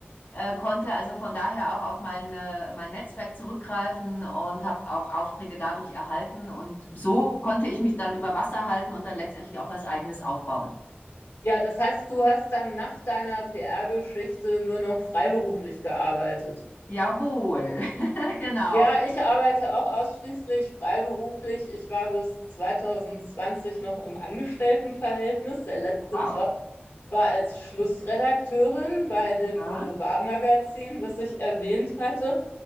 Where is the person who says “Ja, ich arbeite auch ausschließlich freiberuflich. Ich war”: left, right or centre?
Left